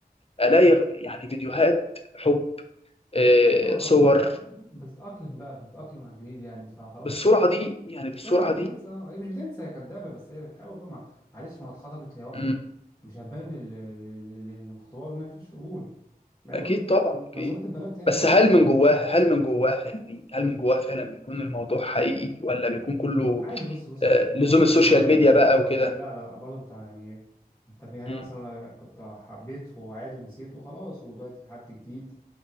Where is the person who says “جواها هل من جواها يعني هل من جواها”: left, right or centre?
Left